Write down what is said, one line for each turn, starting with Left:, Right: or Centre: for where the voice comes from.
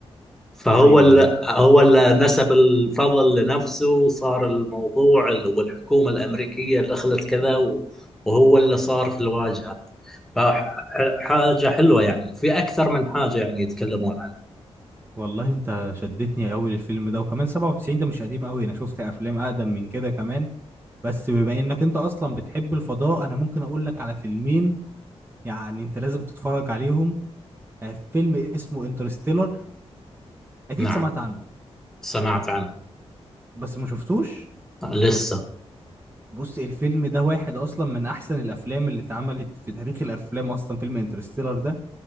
Centre: فهو
Right: ايوه
Centre: ال
Right: ايوه
Centre: هو ال نسب الفضل لنفسه وصار الموضوع ال- والحكومة الأمريكية دخلت كذا و- وهو اللي صار في الواجهة فحاجة حلوة يعني في أكثر من حاجة يعني يتكلمون عنها
Right: والله انت شدتني قوي للفيلم ده وكمان 97 ده مش قديم قوي انا شفت افلام اقدم من كده كمان بس بما انك انت اصلا بتحب الفضاء انا ممكن اقول لك على فيلمين يعني انت لازم تتفرج عليهم آه، فيلم اسمه انترستيلر اكيد
Centre: نعم
Right: سمعت عنه
Centre: سمعت عنه
Right: بس ما شفتوش
Centre: لسه
Right: بص الفيلم ده واحد اصلا من احسن الافلام اللي اتعملت في تاريخ الافلام اصلا فيلم انترستيلر ده